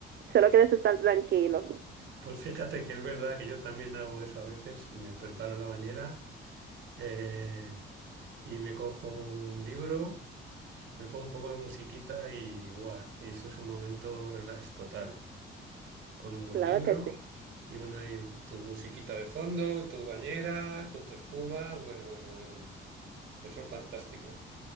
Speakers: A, on the right; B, on the right.
A: solo quieres estar tranquilo?
B: Pues fíjate que es verdad que yo también hago eso a veces, me preparo la bañera eh, y me cojo un libro, me pongo un poco de musiquita y ¡buah! Y eso es un momento relax total, con un buen
A: Claro
B: libro
A: que sí,
B: y, una, y tu musiquita de fondo, tu bañera, con tu espuma, bueno, bueno, bueno, eso es fantástico.